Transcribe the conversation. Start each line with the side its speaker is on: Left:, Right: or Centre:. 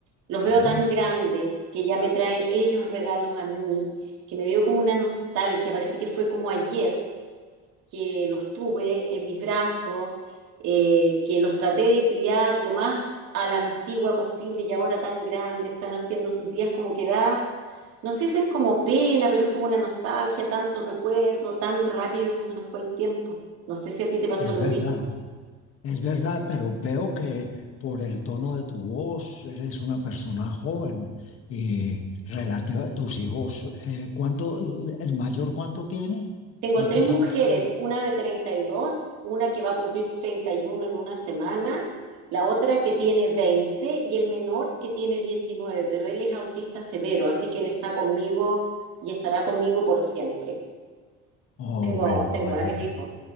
Right: los veo
Left: Mm,
Right: tan grandes que ya me traen ellos regalos a mí, que me dio como una nostalgia, parece que fue como ayer que los tuve en mis brazos, eh, que los traté de criar lo más a la antigua posible y ahora tan grandes, están haciendo sus días como que da, no sé si es como pena, pero es como una nostalgia, tanto recuerdo, tan rápido que se nos fue el tiempo. No sé si a ti te pasó
Left: es
Right: lo
Left: verdad,
Right: mismo.
Left: es verdad, pero veo que por el tono de tu voz eres una persona joven y relativa a tus hijos. eh, ¿cuánto, el mayor cuánto tiene?
Right: Tengo
Left: ¿Cuántos
Right: tres mujeres,
Left: años tiene?
Right: una de 32, una que va a cumplir 31 en una semana, la otra que tiene 20 y el menor que tiene 19. pero él es autista severo, así que él está conmigo y estará conmigo por siempre.
Left: Oh,
Right: Tengo,
Left: bueno,
Right: tengo
Left: bueno,
Right: varios
Left: ok.
Right: hijos.